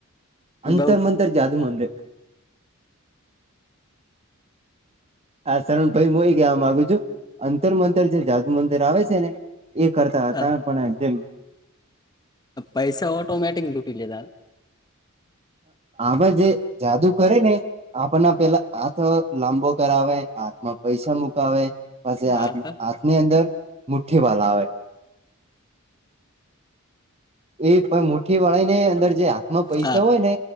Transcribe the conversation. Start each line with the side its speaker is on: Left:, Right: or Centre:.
Right: અંતર
Left: એ બઉ
Right: મંતર જાદૂ મંદ, હા સરણ ભાઈ હું એ ગયા મામાંગુ છું અંતર મંતર છે જાદુ મંદર આવે છે ને એ કરતા હતા
Left: હા
Right: પણ જેમ,
Left: પૈસા ઓટોમેટિક લૂટી લેતાાર
Right: આ જે જાદુ કરે ને આપણના પેલા આથ લાંબો કરાવે હાથમાં પૈસા મુકાવે પછી
Left: હા
Right: હાથ
Left: હા
Right: હાથની અંદર મુઠ્ઠી ભલા આવે એ પણ મુઠી વાળ ને અંદર જે હાથમાં પૈસા
Left: હા
Right: હોય ને